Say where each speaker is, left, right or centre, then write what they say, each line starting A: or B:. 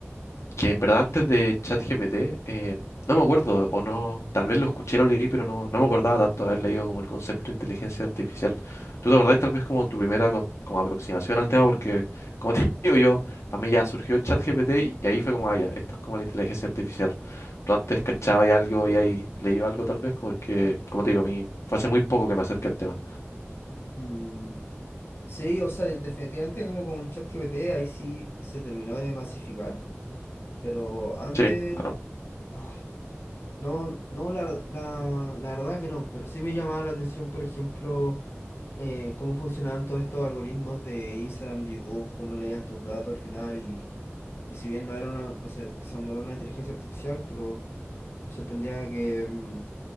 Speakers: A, on the left; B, on the left.
A: que en verdad antes de ChatGPT, eh, no me acuerdo, o no, tal vez lo escuché, lo leí, pero no, no me acordaba tanto de haber leído como el concepto de inteligencia artificial. ¿Tú te acordás tal vez como tu primera con- como aproximación al tema? Porque, como te <laughs> digo yo, para mí ya surgió ChatGPT y ahí fue como, ah, ya, esto es como la inteligencia artificial tú antes cachabas algo y ahí leído algo tal vez, porque, como te digo, a mí fue hace muy poco que me acerqué al tema.
B: Mm, Sí, o sea, definitivamente como con ChatGPT ahí sí se terminó de masificar, pero antes,
A: Sí, claro,
B: ah, no, no, la, la, la verdad que no, pero sí me llamaba la atención, por ejemplo, eh, cómo funcionaban todos estos algoritmos de Instagram, de YouTube, cómo leían tus datos al final y, y si bien no era una, no sé, quizás no una inteligencia artificial, pero... Me sorprendía que, mm,